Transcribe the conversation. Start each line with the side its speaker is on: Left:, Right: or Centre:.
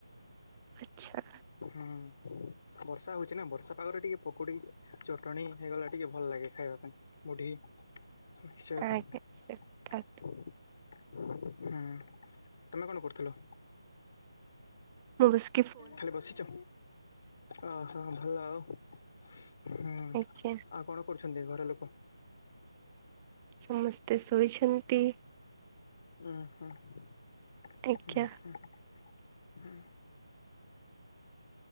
Right: ଆଚ୍ଛା।
Left: ହଁ। ବର୍ଷା ହଉଛି ନା ବର୍ଷା ପାଗରେ ଟିକେ ପକୋଡି ଚଟଣି ହେଇଗଲା ଟିକେ ଭଲ ଲାଗେ ଖାଇବା ପାଇଁ। ମୁଢି ମିକ୍ସଚର
Right: ଆଜ୍ଞା ସେ କଥା।
Left: ହୁଁ ତମେ କଣ କରୁଥିଲ?
Right: ନମସ୍କା
Left: ଖାଲି ବସିଛ। ଓହୋ ଭଲ ଆଉ ହୁଁ
Right: ଆଜ୍ଞା
Left: ଆଉ କଣ କରୁଛନ୍ତି ଘରଲୋକ?
Right: ସମସ୍ତେ ଶୋଇଛନ୍ତି।
Left: ଅହ ହୁଁ
Right: ଆଜ୍ଞା
Left: ହୁଁ। ହୁଁ।